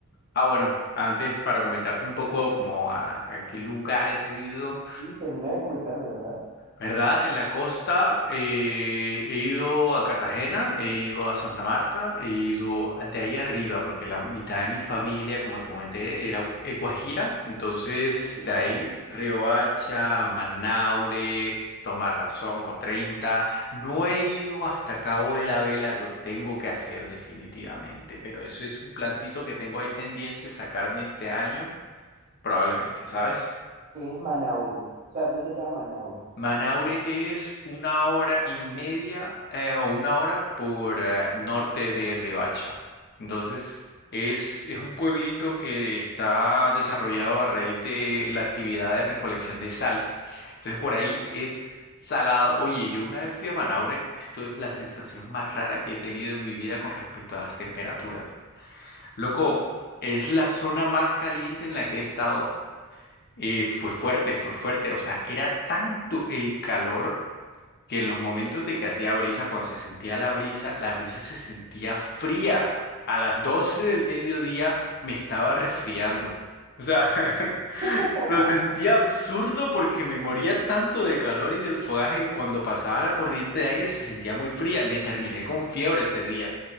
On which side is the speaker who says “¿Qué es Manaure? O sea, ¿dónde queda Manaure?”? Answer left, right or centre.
Right